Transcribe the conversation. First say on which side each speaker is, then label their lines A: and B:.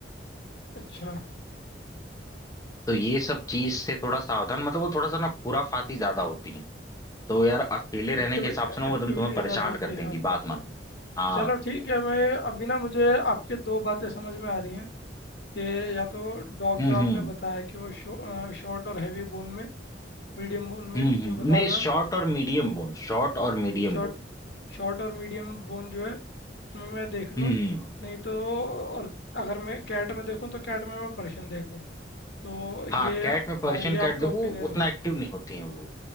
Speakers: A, on the left; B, on the left.
A: अच्छा
B: तो ये सब चीज से थोड़ा सावधान मतलब वो थोड़ा सा ना खुराफाती ज्यादा होती है तो यार अकेले रहने
A: एक्टिविटी
B: के हिसाब से
A: एक्टिविटी
B: ना वो एकदम तुम्हें परेशान
A: ज़्यादा होती
B: कर देंगी
A: है हाँ
B: बात मानो हाँ
A: चलो ठीक है मैं अभी ना मुझे आपके दो बातें समझ में आ रही हैं कि या तो डॉग
B: हम्म
A: जो आपने
B: हम्म
A: बताया कि वो शॉ, शॉर्ट और हैवी बोन में मीडियम बोन में
B: हम्म
A: जो
B: हम्म
A: बता
B: नहीं
A: रहे हो
B: शॉर्ट
A: आप
B: और मीडियम बोन शॉर्ट और मीडियम
A: शॉर्ट
B: बोन
A: शॉर्ट और मीडियम बोन जो है उसमें मैं देख लूँ
B: हम्म हम्म
A: नहीं तो और अगर मैं कैट में देखूँ तो कैट में मैं पर्शियन देखूँ तो ये
B: हाँ कैट में पर्शियन
A: हाँ ये
B: कैट
A: आपका
B: देखो
A: ओपिनियन
B: उतना
A: है
B: एक्टिव नहीं होती है वो